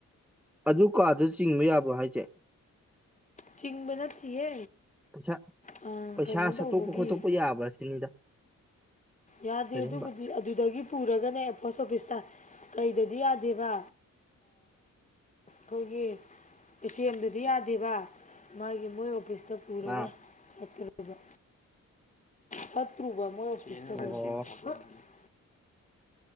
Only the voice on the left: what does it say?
ꯆꯤꯡꯕ ꯅꯠꯇꯤꯌꯦ
ꯑꯥ,
ꯀꯩꯅꯣ ꯇꯧꯕꯒꯤ
ꯌꯥꯗꯦ
ꯑꯗꯨꯕꯨꯗꯤ ꯑꯗꯨꯗꯒꯤ ꯄꯨꯔꯒꯅꯦ ꯄꯣꯁ ꯑꯣꯐꯤꯁ ꯇꯥ ꯀꯩꯗꯗꯤ ꯌꯥꯗꯦꯕ ꯈꯣꯏꯒꯤ ꯑꯦꯇꯤꯑꯦꯝ ꯗꯗꯤ ꯌꯥ ꯗꯤꯚ ꯃꯥꯒꯤ ꯃꯣꯏ ꯑꯣꯐꯤꯁꯇ ꯄꯨꯔꯒ
ꯆꯠꯀꯗ ꯑꯣꯏꯕꯥ ꯐꯠꯇꯔꯤꯕ ꯅꯣꯏ <unintelligible>